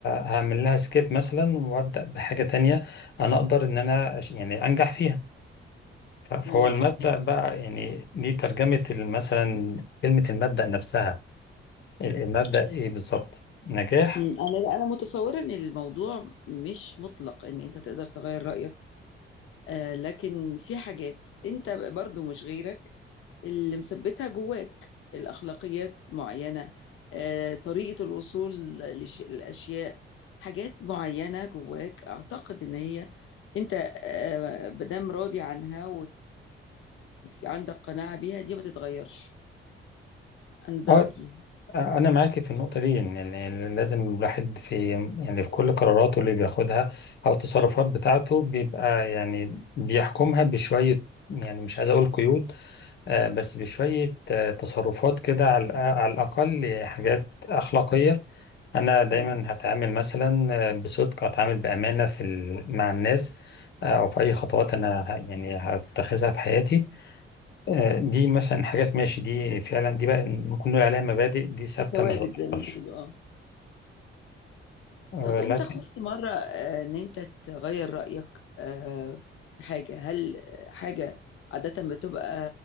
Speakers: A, on the left; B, on the left.
A: هعمل لها سكيب مثلا وابدا بحاجه تانية انا اقدر ان انا أش- يعني انجح فيها ف- فهو
B: معاك
A: المبدا بقى يعني دي ترجمه ال- مثلا كلمه المبدا نفسها ال- المبدا ايه بالظبط نجاح
B: أمم، انا لا انا متصوره ان الموضوع مش مطلق ان انت تقدر تغير رايك آه لكن في حاجات انت برضو مش غيرك اللي مثبتها جواك الأخلاقيات معينة آه، طريقة الوصول لش- للأشياء حاجات معينة جواك أعتقد إن هي أنت آه، مادام راضي عنها وعندك قناعة بيها دي ما تتغيرش أنا ده
A: اه
B: رأيي
A: انا معاكي في النقطه دي ان ال- يعني لازم الواحد في يعني في كل قراراته اللي بياخدها او التصرفات بتاعته بيبقى يعني بيحكمها بشويه يعني مش عايز اقول قيود آه، بس بشوية آه، تصرفات كده على الأ- على الأقل حاجات أخلاقية أنا دايما
B: مم.
A: هتعامل مثلا آه، بصدق هتعامل بأمانة في ال- مع الناس آه، أو في أي خطوات أنا ه- يعني هتخذها في حياتي آه، دي مثلا حاجات ماشي دي فعلا دي بقى ممكن نقول عليها مبادئ دي ثابتة
B: دي ثوابت
A: ما تتغيرش
B: زي ما بيقولوا آه
A: آه،
B: طب امتى
A: لكن
B: خفت مرة آه، ان انت تغير رأيك آه، في حاجة هل حاجة عادة بتبقى